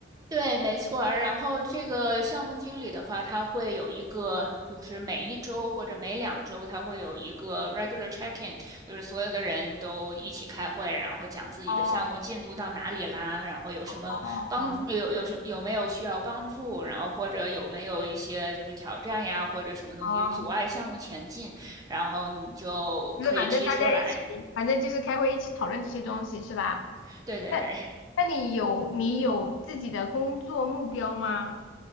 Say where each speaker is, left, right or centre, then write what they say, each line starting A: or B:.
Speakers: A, on the right; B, on the left.
A: 对，没错儿然后这个项目经理的话，他会有一个，就是每一周或者每两周，他会有一个 regular check-in，就是所有的人都一起开会，然后讲自己的项目进度到哪里啦，
B: 哦
A: 然后有什么帮助，
B: 哦
A: 有有什有没有需要帮助，然后或者有没有一些就是挑战呀，或者什么东西就阻碍项目前进，
B: 哦，
A: 然后你就可以提出来。
B: 就是反正大家一起，反正就是开会一起讨论这些东西是吧？
A: 对对对。
B: 那那你有你有自己的工作目标吗？